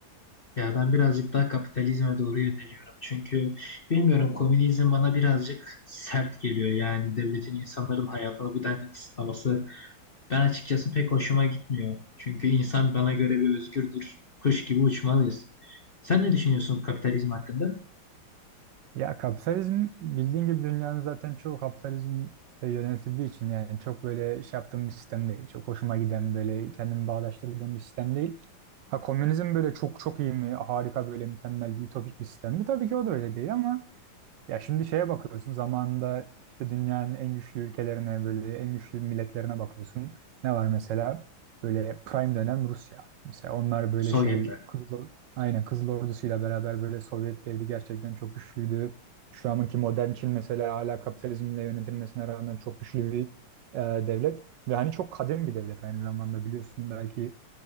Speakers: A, on the left; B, on the right.
A: Ya ben birazcık daha kapitalizme doğru yöneliyorum. Çünkü bilmiyorum komünizm bana birazcık sert geliyor. Yani devletin insanların hayatını bu denli kısıtlaması ben açıkçası pek hoşuma gitmiyor. Çünkü insan bana göre bir özgürdür. Kuş gibi uçmalıyız. Sen ne düşünüyorsun kapitalizm hakkında?
B: Ya kapitalizm bildiğin gibi dünyanın zaten çoğu kapitalizmle yönetildiği için yani çok böyle şey yaptığım bir sistem değil. Çok hoşuma giden böyle kendimi bağdaştırdığım bir sistem değil. Ha komünizm böyle çok çok iyi mi? Harika böyle mükemmel bir ütopik bir sistem mi? Tabii ki o da öyle değil ama ya şimdi şeye bakıyorsun zamanında işte dünyanın en güçlü ülkelerine böyle en güçlü milletlerine bakıyorsun. Ne var mesela? Böyle prime dönem Rusya. Mesela onlar böyle
A: Sovyetler.
B: şey Kızıl, aynen Kızıl Ordusu'yla beraber böyle Sovyet devri gerçekten çok güçlüydü. Şu anki modern Çin mesela hala kapitalizmle yönetilmesine rağmen çok güçlü bir e, devlet. Ve hani çok kadim bir devlet aynı zamanda biliyorsun belki